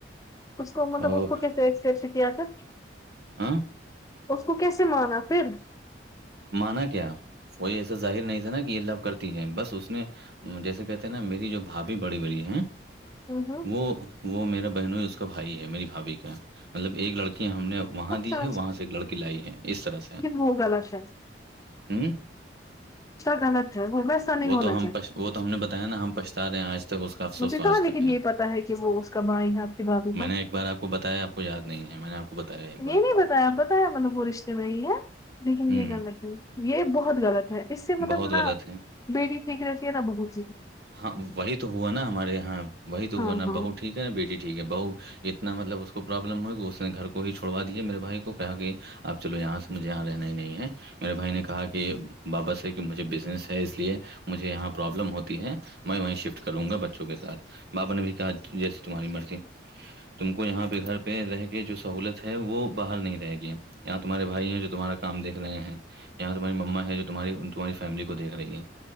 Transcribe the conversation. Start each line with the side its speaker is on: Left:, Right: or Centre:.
Left: اس کو مطلب
Right: او
Left: اس کو کیسے کیا تھا
Right: آاں
Left: اس کو کیسے مانا پھر
Right: مانا کیا وہ ایسا ظاہر نہیں تھا نا کہ یہ لب کرتی ہے بس اس نے جیسے کہتے ہیں نا میری جو بھاابھی بڑی بڑی ہے
Left: ہوں ہوں
Right: وہ وہ میرا بہنوں ہی اس کا بھائی ہے میری بھابھی کا مطلب ایک لڑکی ہم نے وہاں
Left: اچھا
Right: دی ہے وہاں سے ایک لڑکی لائی ہے اس طرح سے
Left: ہوگا شاید
Right: ہوں
Left: غلط ہے وہ ویسا نہیں
Right: وہ
Left: ہونا
Right: تو ہم
Left: چاہیے
Right: وہ تو ہم نے بتایا نا ہم پچھتا رہے ہیں ایس تک اس کا افسوس
Left: مجھے
Right: تو
Left: کہاں
Right: آج تک
Left: لیکن
Right: ہے
Left: یہ پتا کہ وہ اس کا بھائی ہے آپ کی بھابھی کا
Right: میں نے ایک بار آپ کو بتایا کوھ یاد نہیں ہے میں نے آپ کو بتایا ہے ایک
Left: یہ
Right: بار
Left: نہیں پتا ہے مطلب وہ رشتے میں ہی ہے لیکن
Right: ہوں
Left: یہ غلط ہے یہ بہت غط ہے اس سے مطلب
Right: بہت
Left: نہ
Right: غلط ہے
Left: بیٹی ٹھیک رہتی ہے نہ بہت
Right: ہاں وہی تو ہوا نا ہمارے یہاں وہی تو ہوا
Left: ہاں
Right: نا
Left: ہاں
Right: بہو ٹھیک ہے نا بیٹی ٹھیک ہے بہ اتنا مطلب اس کو پرابلم ہوئے کہی اس نے گھر کو ہی چھوڑوا دیا میرے بھائی کو کہا کہ اب چلو یہاں سے مجھے یہاں رہنا ہی نہیں ہے میرے بھائی نے کہا کہ بابا سے کہ مجھے بزنس ہے اس لیئے مجھے یہاں پرابلم ہوتی ہے میں وہیں شفٹ کروں گا بچوں کے ساتھ بابا نے بھی کہا جیسی تمہاری مرضی تم کو یہاں پہ گھر پہ رہ کے جو سہولت ہے وہ باہر نہیں رہے گی اں تمہارےھائی ہیں جو تمہار کام دیکھے ہیں یہاں تمہاری مما ہے جو تاری تمہاری فیلی کویکھی